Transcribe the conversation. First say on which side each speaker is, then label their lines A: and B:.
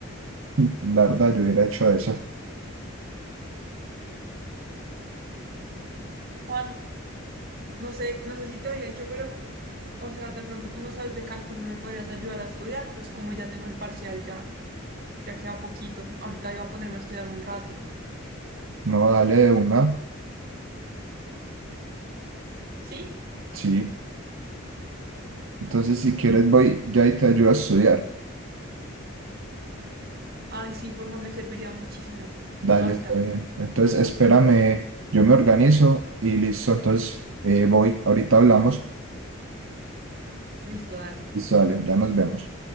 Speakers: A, on the right; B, on the right.
A: <laughs> la verdad, yo hubiera hecho eso.
B: Juan, no sé, no sé si te había dicho, pero, o sea, de pronto tú no sabes de cálculo y me podrías ayudar a estudiar, pues como ya tengo el parcial, ya, ya queda poquito. Ahorita iba a ponerme a estudiar un rato.
A: No, dale de una,
B: ¿Sí?
A: sí. Entonces, si quieres, voy ya y te ayudo a estudiar.
B: Ay, sí, porfa, me serviría muchísimo.
A: Dale,
B: Ahorita.
A: está bien. Entonces, espérame, yo me organizo y listo. Entonces, eh, voy, ahorita hablamos.
B: Listo, dale.
A: Listo, dale, ya nos vemos.